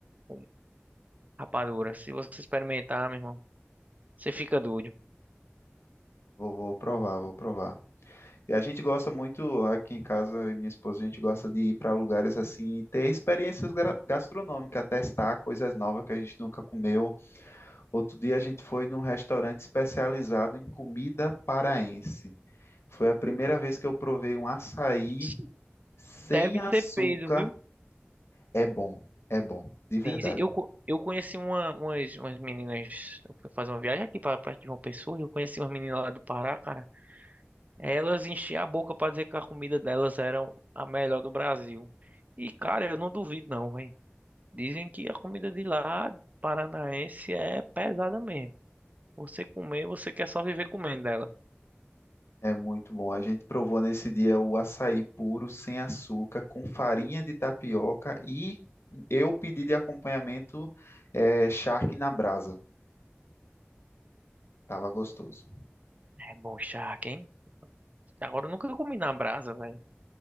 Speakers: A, on the right; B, on the left.
A: com rapadura. Se você experimentar, meu irmão, você fica doido.
B: Vou, vou provar, vou provar. E a gente gosta muito, aqui em casa, eu e minha esposa, a gente gosta de ir para lugares assim, e ter experiências gra- gastronômicas, testar coisas novas que a gente nunca comeu. Outro dia a gente foi num restaurante especializado em comida paraense. Foi a primeira vez que eu provei um açaí
A: Ixi,
B: sem
A: Deve
B: açúcar.
A: ser peso, viu?
B: É bom, é bom, de verdade.
A: Diz, eu, co- eu conheci uma, umas, umas meninas. Eu fui fazer uma viagem aqui para perto de João Pessoa. e Eu conheci umas meninas lá do Pará, cara. Elas enchiam a boca pra dizer que a comida delas era a melhor do Brasil. E, cara, eu não duvido não, velho. Dizem que a comida de lá, paranaense, é pesada mesmo. Você comer, você quer só viver comendo dela.
B: É muito bom. A gente provou nesse dia o açaí puro, sem açúcar, com farinha de tapioca e eu pedi de acompanhamento eh, charque na brasa. Tava gostoso.
A: É bom charque, hein? Agora eu nunca comi na brasa, velho.